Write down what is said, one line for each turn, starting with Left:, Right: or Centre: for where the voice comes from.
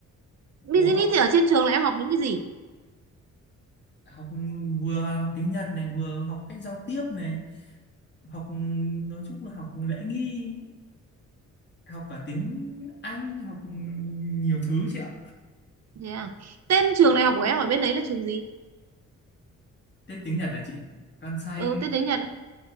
Right: business
Left: có học
Right: thì ở trên trường là em học những cái gì?
Left: học vừa học tiếng Nhật này vừa học cách giao tiếp này học nói chung là học lễ nghi học cả tiếng Anh học nhiều thứ chị ạ
Right: Thế à? Tên trường đại học của em ở bên đấy là trường gì?
Left: Thế tiếng Nhật là chị Kansai
Right: Ừ, tên tiếng Nhật. á.